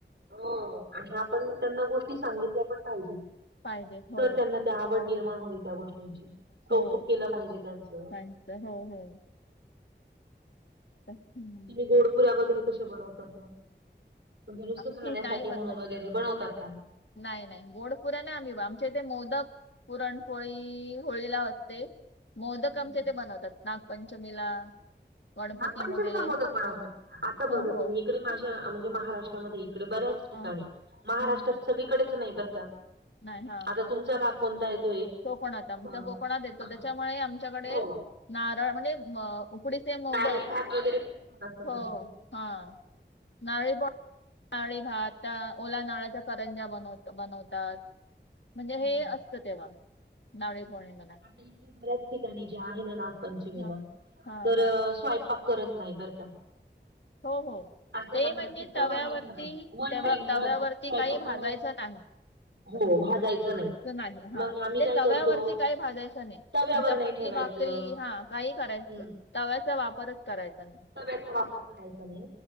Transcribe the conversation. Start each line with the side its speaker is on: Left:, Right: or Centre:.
Right: हो आणि आपण त्यांना गोष्टी सांगितल्या पण. पाहिजे
Left: पाहिजे हो
Right: तर त्यांना त्या आवड निर्माण होईल त्या गोष्टी. गोष्टीची कौतुक
Left: हो
Right: केलं पाहिजे त्यांच.
Left: त्यांचं हो हो हम्.
Right: तुम्ही गोडपुऱ्या वगैरे कशा बनवतात मग. म्हणजे नुसतं
Left: आम्ही
Right: खाण्यासाठी
Left: खीर नाही बनवत
Right: म्हणून वगैरे बनवतात का नाही.
Left: नाही नाही गोड पुुऱ्या नाही. आम्ही आमच्या इथे मोदक पुरणपोळी होळीला. ते मोदक
Right: हम्म
Left: आमच्या इथं बनवतात नागपंचमीला. गणपतीमध्ये
Right: नागपंचमीला मोदक बनवतात. आता
Left: हो
Right: बघा
Left: हो
Right: तुम्ही इकडे माझ्या म्हणजे महाराष्ट्रामध्ये
Left: हा
Right: इकडे बऱ्याच. ठिकाणी
Left: हम्म.
Right: महाराष्ट्रात
Left: हम्म.
Right: सगळीकडेच नाही बरं का.
Left: नाही हा.
Right: आता तुमचा भाग. कोणता येतोय.
Left: कोकणात आमचा
Right: अ
Left: कोकणात येतो. तेच्यामुळे आमच्याकडे
Right: हो
Left: नारळ म्हणजे, उकडीचे मोदक
Right: नारळी भात वगैरे खूप छान असतात
Left: हो
Right: ना तिकडे
Left: हा नारळी. नारळी भात ओला नारळ्याचा करंज्या बनवत बनवतात.
Right: हम्म.
Left: म्हणजे हे असतं तेव्हा नारळीपौर्णिमेला.
Right: इथे बऱ्याच ठिकाणी जे आहे. ना नागपंचमी
Left: हा हा
Right: तर
Left: हा
Right: स्वयं पाक करत नाही बरं का.
Left: हो हो.
Right: असं
Left: ते
Right: म्हणतात
Left: म्हणजे
Right: की तवा
Left: तव्यावरती
Right: नाही ठेवायचा वन टाइम नाही
Left: तव्यावरती
Right: स्वयंपाक
Left: काही भाजायचं
Right: बनवायचा
Left: नाही.
Right: हो
Left: असं
Right: भाजायचं
Left: नाही हा
Right: मग
Left: म्हणजे
Right: आम्ही काय
Left: तव्या
Right: करतो
Left: तव्यावरती काही भाजायचं नाही.
Right: तव्यावर
Left: चपाती
Right: नाही ठेवायचं
Left: भाकरी हा काही करायचं.
Right: हम्म
Left: तव्याचा वापरच करायचा नाही
Right: तव्याचा
Left: तर.
Right: वापर करायचा नाही